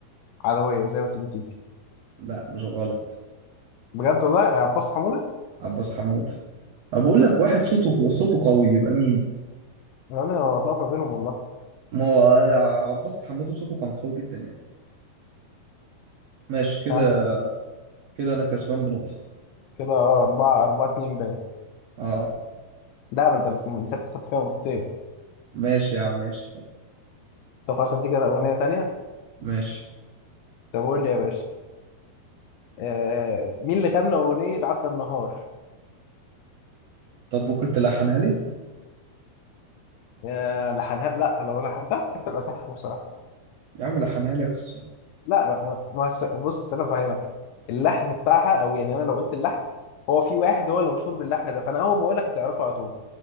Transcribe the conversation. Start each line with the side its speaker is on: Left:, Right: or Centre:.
Left: عدوية زي ما تيجي تيجي
Right: لا مش غلط
Left: بجد والله يا عباس حمودة
Right: عباس حمود أنا بقول لك واحد صوته صوته قوي يبقى مين
Left: انا عمري ما بطلع ما بينهم والله
Right: ما هو آه، عباس حمود صوته كان قوي جدا يعني ماشي كده
Left: يا عم
Right: كده انا كسبان بنقطة
Left: كده اه أربعة أربعة اتنين باين
Right: اه
Left: ده ما انت اللي فاتت خدت فيها نقطتين
Right: ماشي يا عم ماشي
Left: طب خلاص اديك انا أغنية تانية
Right: ماشي
Left: طب قول لي يا باشا آه مين اللي غنى أغنية عدى النهار؟
Right: طب كنت لحنها لي
Left: يا لحنها لا لو لحنتها كانت هتبقى سهلة بصراحة
Right: يا عم لحنها لي بس
Left: لا ما ما- ما هس- بص أنا فاهمك اللحن بتاعها أو يعني أنا لو قلت اللحن هو في واحد هو اللي مشهور باللحن ده فأنا أول ما أقول لك هتعرفه على طول